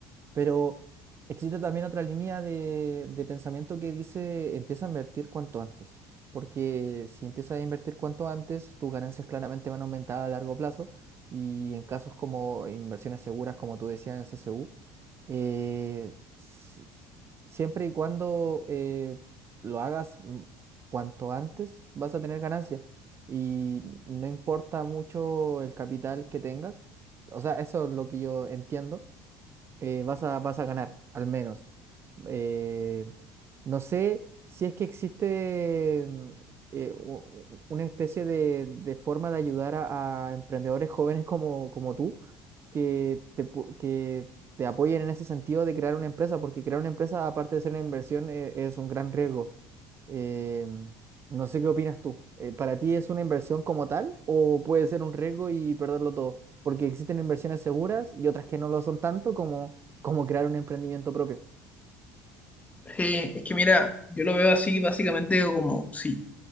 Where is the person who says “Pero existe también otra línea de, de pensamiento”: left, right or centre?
Right